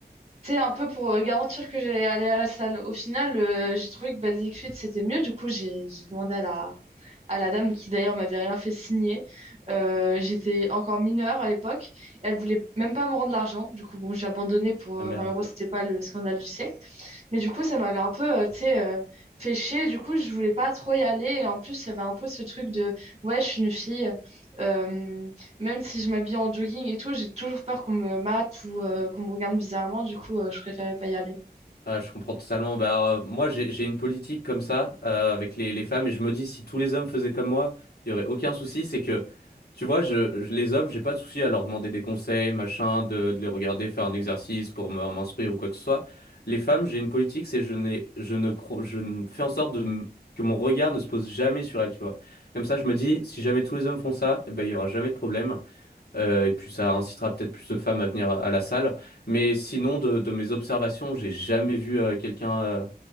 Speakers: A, on the right; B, on the left.
A: c'est un peu pour euh, garantir que j'allais aller à la salle. Au final, euh, j'ai trouvé que Basic Fit, c'était mieux. Du coup, j'ai j'ai demandé à la, à la dame qui d'ailleurs m'avait rien fait signer. Euh, j'étais encore mineure à l'époque. Elle voulait même pas me rendre l'argent. Du coup, bon, j'ai abandonné pour
B: Ah
A: euh,
B: merde.
A: 20 euros. C'était pas le scandale du siècle. Mais du coup, ça m'avait un peu, euh, tu sais, euh, fait chier. Du coup, je voulais pas trop y aller. Et en plus, il y avait un peu ce truc de, ouais, je suis une fille. Euh, même si je m'habille en jogging et tout, j'ai toujours peur qu'on me mate ou euh, qu'on me regarde bizarrement. Du coup, euh, je préférais pas y aller.
B: Ah, je comprends totalement. Bah, euh, moi, j'ai j'ai une politique comme ça euh, avec les, les femmes et je me dis si tous les hommes faisaient comme moi, il y aurait aucun souci. C'est que, tu vois, je, je- les hommes, j'ai pas de souci à leur demander des conseils, machin, de, de les regarder faire un exercice pour me- m'instruire ou quoi que ce soit. Les femmes, j'ai une politique, c'est je n'ai, je ne cro- je ne fais en sorte de m- que mon regard ne se pose jamais sur elles, tu vois. Comme ça, je me dis si jamais tous les hommes font ça, eh ben, il y aura jamais de problème. Euh, et puis ça incitera peut-être plus de femmes à venir à la salle. Mais sinon, de, de mes observations, j'ai jamais vu euh, quelqu'un, euh,